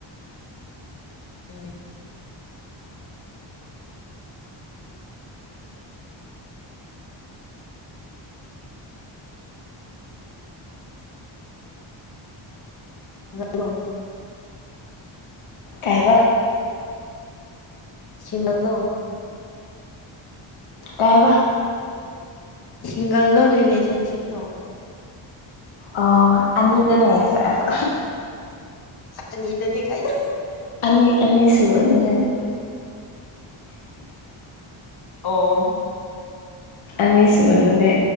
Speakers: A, on the left; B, on the left.
A: ꯎꯝ ꯍꯂꯣ <inaudible>
B: ꯀꯥꯏꯕ
A: ꯁꯤꯡꯒꯜꯂꯣ
B: ꯀꯥꯏꯕ
A: ꯁꯤꯡꯒꯜ ꯂꯣ ꯔꯤꯂꯦꯁꯟꯁꯤꯞꯂꯣ
B: ꯑ ꯑꯅꯤꯖꯩ ꯑꯁ
A: ꯑꯅꯤꯗꯅꯦ ꯀꯥꯏꯅ
B: ꯑꯅꯤ ꯑꯅꯤꯁꯨ ꯑꯗꯨ ꯑꯗꯨꯅꯦ <inaudible>
A: ꯑꯣ
B: ꯑꯅꯤꯁ ꯃꯅꯦ